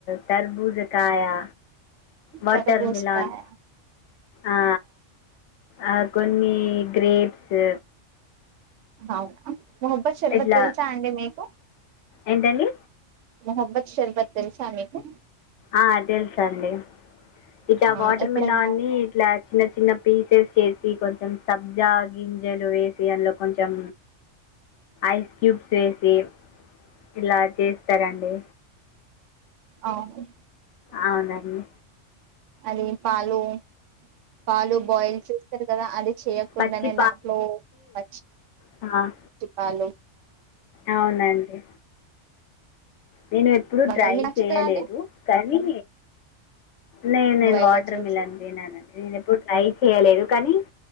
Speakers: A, on the left (about 70°); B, on the right (about 75°).
A: తరబూజ కాయా వాటర్
B: తరబూజకాయ
A: మలాన్ ఆ ఆ కొన్ని గ్రేప్స్
B: ఔ అం మొహబ్బద్ షర్బత్
A: ఇట్లా
B: తెలుసా అండి మీకు
A: ఏంటండి
B: మొహబ్బత్ షర్భత్ తెలుసా మీకు
A: ఆ తెలుసండి ఇట్లా
B: ఆ
A: వాటర్
B: ఎప్పుడైనా
A: మిలాన్ ని ఇట్ల చిన్న చిన్న పీసెస్ చేసి కొన్ చం సబ్జా గింజలు వేసి అందులో కొంచెం ఐస్ క్యూబ్స్ ఏసి ఇలా చేస్తారండి
B: ఆవును
A: అవునండి
B: అది పాలు పాలు బాయిల్ చేస్తారు కదా అది చేయకుండానే
A: పచ్చి
B: దాంట్లో పచ్చి
A: ఆ
B: చెప్పాల
A: అవునండి నేను ఎప్పుడు
B: బండలు
A: ట్రై
B: మీకు నచ్చుతదా
A: చేయలేదు
B: అది
A: కానీ న న
B: నువ్వు
A: వాటర్
B: ఇలా చేసి
A: మలాన్ థినన్ నేను ఎప్పుడు ట్రై చేయలేదు కానీ